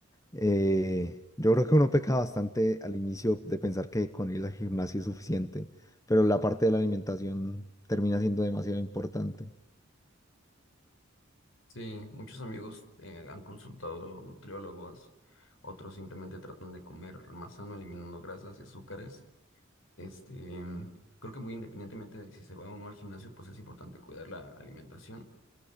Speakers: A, on the left; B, on the left.
A: Eh, yo creo que uno peca bastante al inicio de pensar que con ir al gimnasio es suficiente, pero la parte de la alimentación termina siendo demasiado importante.
B: Sí, muchos amigos eh, han consultado nutriólogos, otros simplemente tratan de comer más sano, eliminando grasas y azúcares. Este, em, creo que muy independientemente de si se va o no al gimnasio, pues es importante cuidar la alimentación,